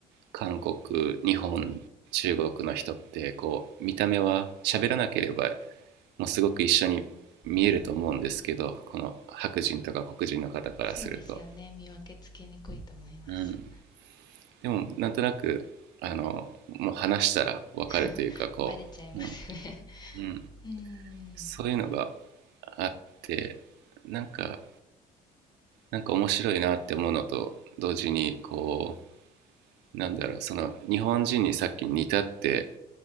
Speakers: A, on the right; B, on the left.
A: 韓国日本中国の人ってこう見た目は喋らなければもうすごく一緒に見えると思うんですけどこの白人とか黒人の方からすると、
B: うん。そうですよね、見分けつけにくいと思います。
A: うん、でもなんとなくあのもう話したら分かるというかこう、
B: <laughs> バレちゃいますね。
A: うんうん、
B: うー
A: そういうのが
B: ん。
A: あってなんかなんか面白いなって思うのと同時にこなんだろうその日本人にさっき似たって